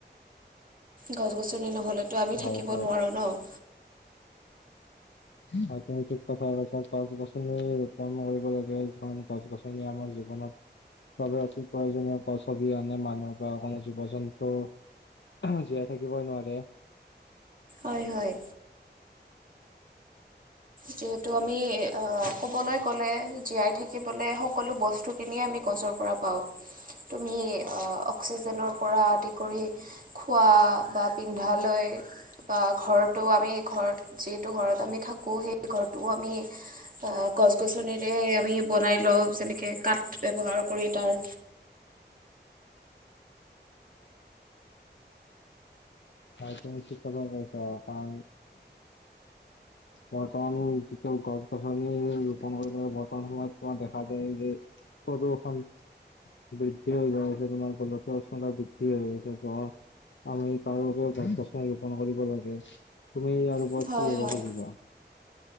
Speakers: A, on the right; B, on the left.
A: গছ-গছনি নহ'লেতো আমি
B: হয়
A: থাকিব
B: হয়
A: নোৱাৰো ন'?
B: হয় তুমি ঠিক কথাই কৈছা গছ-গছনি ৰোপন কৰিব লাগে যিমান গছ-গছনি আমাৰ জীৱনত বাবে অতি প্ৰয়োজনীয় গছ অবিহনে মানুহ বা কোনো জীৱ-জন্তু <unintelligible> জীয়াই থাকিবই নোৱাৰে।
A: অয় হয়। যিহেতু আমি আ কবলৈ গ'লে জীয়াই থাকিবলে সকলো বস্তুখিনিয়ে আমি গছৰ পৰা পাওঁ। তুমি আ-অক্সিজেনৰ পৰা আদি কৰি খোৱা বা পিন্ধালৈ বা ঘৰতো আমি ঘৰত যিটো ঘৰত আমি থাকোঁ সেই ঘৰটোও আমি আহ গছ-গছনিৰে আমি বনাই লওঁ যেনেকে কাঠ ব্যৱহাৰ কৰি তাৰ
B: হয় তুমি ঠিক <unintelligible> কৈছো কাৰণ বৰ্তমান যিটো গছ -গছনি ৰোপন কৰিবলৈ বৰ্তমান সময়ত তোমাৰ দেখা যায় যে প্ৰদূষন বৃদ্ধি হৈ যাই আছে তোমাৰ গোলকীয় উষ্ণতা বৃদ্ধি হৈ যাই আছে ত' আমি তাৰ বাবেও গছ-গছনি ৰোপন কৰিব লাগে তুমি ইয়াৰ ওপৰত
A: হয়
B: কি ক'ব
A: হয়
B: খুজিবা?